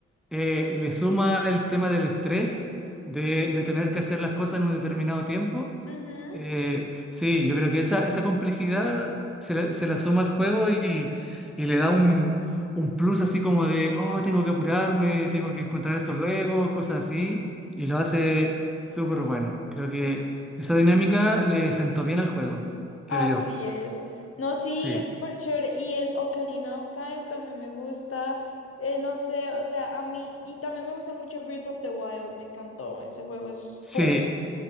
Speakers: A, in the centre; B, on the left (about 50°).
A: eh, le suma el tema del estrés, de, de tener que hacer las cosas en un determinado tiempo.
B: Ujú.
A: Eh, sí, yo creo que esa, esa complejidad se la, se la suma al juego y, y le da un, un plus así como de, oh, tengo que apurarme, tengo que encontrar esto luego, cosas así, y lo hace súper bueno. Creo que esa dinámica le sentó bien al juego,
B: Así
A: creo yo.
B: es. No, sí,
A: Sí.
B: es súper chévere. Y el Ocarina of Time también me gusta. Eh, no sé, o sea, a mí. Y también me gusta mucho Breath of the Wild. Me encantó. Ese juego es.
A: Sí,